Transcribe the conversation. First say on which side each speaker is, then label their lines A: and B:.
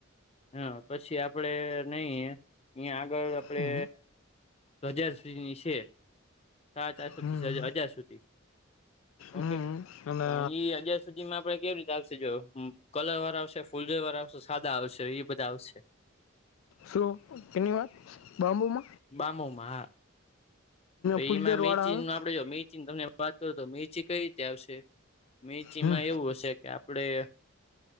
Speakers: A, on the left (about 30°); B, on the left (about 75°).
A: હા પછી આપડે નઈ અહીં આગળ આપડે
B: હમ
A: હજાર સુધીની છે સાડા ચારસોથી
B: હમ
A: હજાર સુધી
B: હમ
A: ઓકે
B: અને
A: પણ અહી અત્યાર સુધી માં આપડે કેવી <unintelligible> જો કલર વાળા આવશે ફૂલ ઝાડ વાળા આવશે સાદા આવશે એ બધા આવશે
B: શું <unintelligible>
A: બામું માં હા તો એમાં
B: ફૂલઝર
A: <unintelligible>
B: વાળા આવે હમ
A: <unintelligible> આપડે